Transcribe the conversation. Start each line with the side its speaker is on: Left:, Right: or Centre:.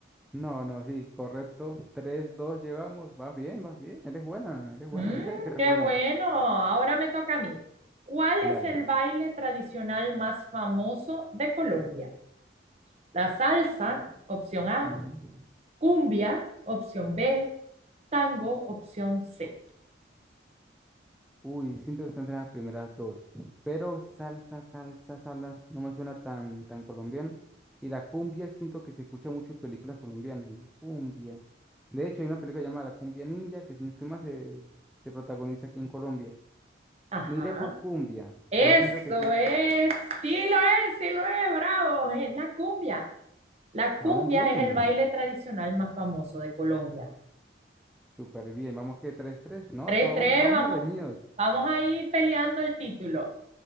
Centre: no, no, sí, correcto. Tres, dos llevamos, vas bien, vas bien, eres buena, eres buena,
Right: Mm,
Centre: yo sé que eres
Right: qué
Centre: buena.
Right: bueno, ahora me toca a mí. ¿Cuál
Centre: Dale.
Right: es el baile tradicional más famoso de Colombia? La salsa,
Centre: U-
Right: opción A,
Centre: ujú.
Right: cumbia, opción B, tango, opción C.
Centre: Uy, siento que están entre las primeras dos, pero salsa, salsa, salsa, no me suena tan, tan colombiano. Y la cumbia siento que se escucha mucho en películas colombianas, la cumbia. De hecho, hay una película llamada La Cumbia Ninja, que si no estoy mal se, se protagoniza aquí en Colombia.
Right: Ajá.
Centre: Miré por cumbia,
Right: Eso
Centre: pero siento que aquí
Right: es, sí lo es, sí lo es, bravo, es la cumbia. La cumbia
Centre: vamos bien,
Right: es el baile tradicional más famoso de Colombia.
Centre: súper bien. Vamos que tres tres No,
Right: Tres
Centre: esto vamos,
Right: tres,
Centre: vamos
Right: vamos,
Centre: reñidos.
Right: vamos ahí peleando el título.